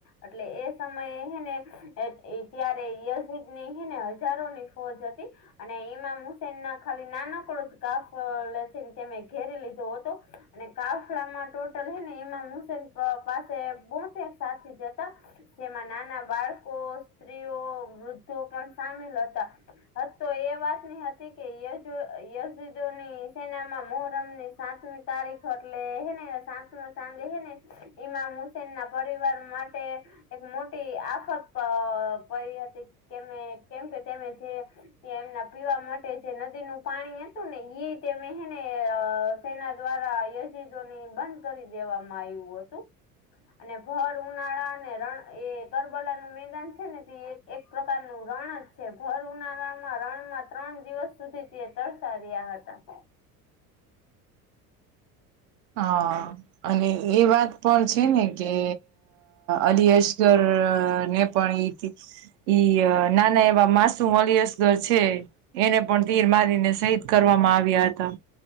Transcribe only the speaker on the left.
એટલે એ સમયે હેને ત્યારે યઝીદ ની હેને હજારોની ફોજ હતી. અને ઈમામ હુસેન ના ખાલી નાનકડો જ કાફ લેસીને તેમે ઘેરી લીધો હતો. અને કાફલામાં ટોટલ હ ને એમાં હસેન પાસે બો સાથે જતા. જેમાં નાના બાળકો, સ્ત્રીઓ, ‌ વૃદ્ધો પણ સામેલ હતા. તો એ વાત નની હતી કે ય યઝુદોની સેનામાં મોહરમ ની સાતમી તારીખ હટલે હને સાંજ ન સાંજે હને. ઈમા હુસેન ના પરિવાર માટે. એક મોટી આફત પડી હતી કે કેમ કે તેમે જે. કે એમના પીવા માટે જે નદીનું પાણી હતું ને એ રતે મેને તેના દ્વારા યજીદોની બંધ કરી દેવામાં આવ્યું હતું. અને ફળ ઉનાળા અને રણ એ કરબલાનુંું મેદાન છે ને તે એક પ્રકારનુંું રણ જ છે ઘર ઉનાળામાં રણમાં ત્રણ દિવસ સુધી તિેતર સાર્યા હતા.